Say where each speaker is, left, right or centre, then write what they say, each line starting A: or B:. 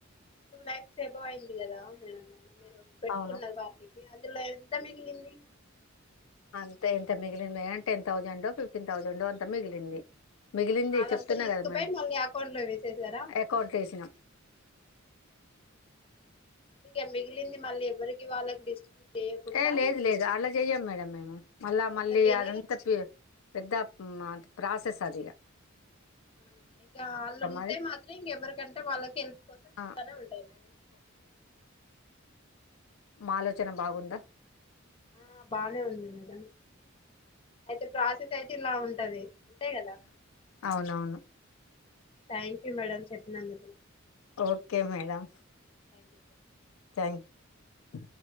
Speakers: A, on the left; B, on the left.
A: టు లాక్స్ ఎబో ఎక్కో ఐంది కదా మేడం మళ్ల మీరు పెట్టుకున్న
B: అవును
A: పార్టీ అందులో ఎంత మగిలింది
B: అంత ఎంత మిగిలింది ఏ టెన్ థౌజండ్ ఓ ఫిఫ్టీన్ థౌజండ్ ఓ అంత మిగిలింది మిగిలింది
A: ఆహా, అదంతా
B: చెప్తున్నా
A: తీసుకుపోయి
B: కదా మేడం
A: మళ్ళీ అకౌంట్ లో వేసేసారా
B: అకౌంట్ ల వేసిన
A: అంత ఇక మిగిలింది మళ్ళీ ఎవరికి వాళ్ళకి డిస్ట్రిబ్యూట్ చేయకుండా
B: ఏ లేదు లేదు అలా చెయ్యం మేడం మేము మళ్ళా
A: అందకేలే
B: మళ్ళీ అదంతా పి పెద్ద ఆ ప్రాసెస్ అదిగా
A: ఆ ఆ ఇక ఆళ్ళు ఉంటే
B: అది
A: మాత్రం ఇంకెవ్వరికంటే వాళ్ళకి హెల్ప్ కోసం ఇస్తానే
B: ఆ
A: ఉంటరు
B: మాలోచన బాగుందా
A: ఆ బానే ఉంది మేడం అయితే ప్రాసెస్ అయితే ఇలా ఉంటది అంతే గదా
B: అవునవును
A: థ్యాంక్ యూ మేడం చెప్పినందుకు
B: okay madam
A: thank you <unintelligible>
B: thank you